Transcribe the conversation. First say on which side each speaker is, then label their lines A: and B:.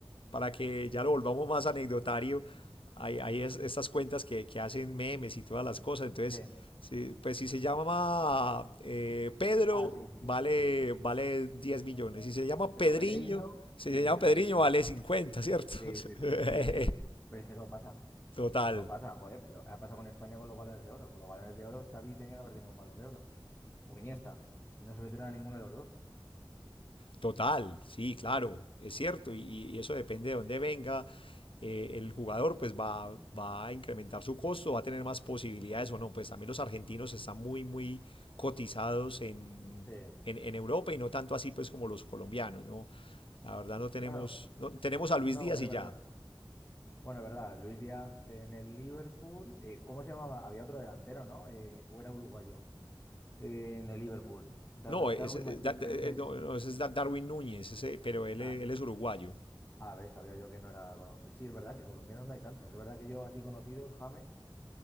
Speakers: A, on the left; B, on the left.
A: para que ya lo volvamos más anecdotario, hay, hay es- estas cuentas que, que hacen memes y todas las cosas. Entonces,
B: Sí.
A: sí, pues si se llama eh, Pedro,
B: Ah, sí, sí,
A: vale,
B: sí.
A: vale 10 millones. Si se llama
B: Pero
A: Pedriño,
B: Pedriño,
A: si
B: sí,
A: se llama
B: sí,
A: Pedriño,
B: sí.
A: vale cincuenta ¿cierto?
B: Sí, sí, sí.
A: <laughs>
B: Sí, sí, sí. Pero es que eso pasa.
A: Total.
B: Eso pasa, joder, pero ha pasado con España con los balones de oro. Con los balones de oro, Xavi tenía que haber tenido un balón de oro. O Iniesta. Y no se lo dieron a ninguno de los dos.
A: Total, sí, claro, es cierto, y, y eso depende de dónde venga. eh, el jugador pues va, va a incrementar su costo, va a tener más posibilidades o no. Pues también los argentinos están muy, muy cotizados en,
B: Sí.
A: en, en Europa y no tanto así pues como los colombianos, ¿no? La verdad no tenemos,
B: Bueno,
A: no, tenemos a Luis
B: no,
A: Díaz
B: es
A: y
B: verdad.
A: ya.
B: Bueno, es verdad. Luis Díaz en el Liverpool. eh, ¿cómo se llamaba? Había otro delantero, ¿no? Eh, o era uruguayo. Eh, en el Liverpool. Dar-
A: No,
B: Darwin
A: ese,
B: Machís,
A: eh, da-
B: pero
A: eh,
B: ese es.
A: no, no, ese es Da- Darwin Núñez, ese, pero él,
B: Ah,
A: es- él es uruguayo.
B: a ver, sabía yo que no era. colo- Sí, es verdad que colombianos no hay tantos. Es verdad que yo así conocidos, James.